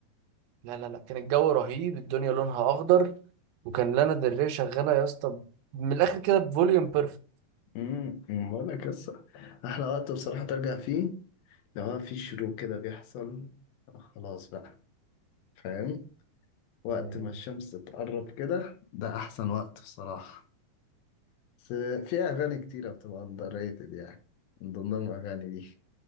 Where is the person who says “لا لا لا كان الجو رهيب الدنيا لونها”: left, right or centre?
Right